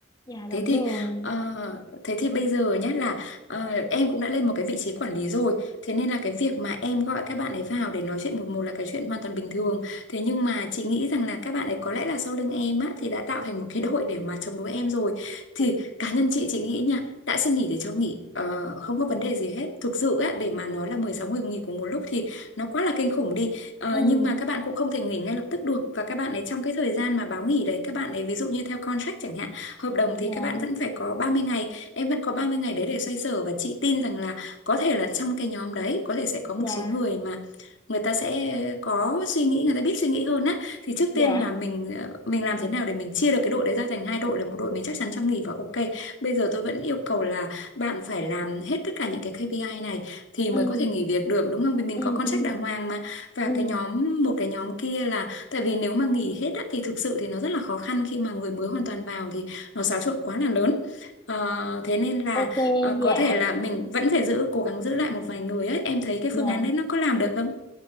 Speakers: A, on the left; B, on the left.
A: dạ đúng
B: Thế thì
A: rồi
B: ờ, thế thì bây giờ nhé là ờ, em cũng đã lên một cái vị trí quản lý rồi, thế nên là cái việc mà em gọi các bạn ấy vào để nói chuyện một một là cái chuyện hoàn toàn bình thường. Thế nhưng mà chị nghĩ rằng là các bạn ấy có lẽ là sau lưng em á thì đã tạo thành một cái đội để mà chống đối em rồi. Thì
A: <laughs>
B: cá nhân chị chị nghĩ nha, đã xin nghỉ thì cho nghỉ, ờ, không có vấn đề gì hết. Thực sự á để mà nói là 16 người nghỉ cùng một lúc thì nó quá là kinh khủng đi. Ờ,
A: ừ
B: nhưng mà các bạn cũng không thể nghỉ ngay lập tức được và các bạn ấy trong cái thời gian mà báo nghỉ đấy các bạn ấy ví dụ như theo contract chẳng hạn hợp đồng
A: dạ
B: thì các bạn vẫn phải có 30 ngày em vẫn có 30 ngày đấy để xoay sở và chị tin rằng là có thể là trong cái nhóm đấy có thể sẽ có một
A: dạ
B: số người mà người ta sẽ có suy nghĩ người ta biết suy nghĩ hơn á thì trước
A: dạ
B: tiên là mình ờ, mình làm thế nào để mình chia được cái đội đấy ra thành hai đội là một đội mình chắc chắn trong nghỉ và ok bây giờ tôi vẫn yêu cầu là bạn phải làm hết tất cả những cái KPI này thì mới
A: ừ
B: có thể nghỉ việc được đúng không vì mình
A: ừ
B: có contract
A: ừ
B: đàng hoàng mà và
A: ừ
B: cái nhóm một cái nhóm kia là tại vì nếu mà nghỉ hết á, thì thực sự thì nó rất là khó khăn khi mà người mới hoàn toàn vào thì nó xáo trộn quá là lớn Ờ, thế nên là
A: ok
B: ờ, có
A: dạ
B: thể là mình vẫn phải giữ cố gắng giữ lại một vài người ấy em thấy cái
A: dạ
B: phương án đấy nó có làm được không